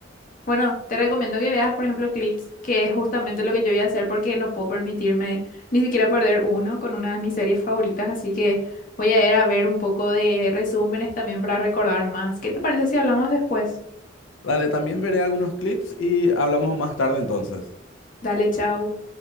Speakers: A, on the left; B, on the left.
A: Bueno, te recomiendo que veas, por ejemplo, clips, que es justamente lo que yo voy a hacer porque no puedo permitirme ni siquiera perder uno con una de mis series favoritas, así que voy a ir a ver un poco de resúmenes también para recordar más. ¿Qué te parece si hablamos después?
B: Dale, también veré algunos clips y hablamos más tarde entonces.
A: Dale, chao.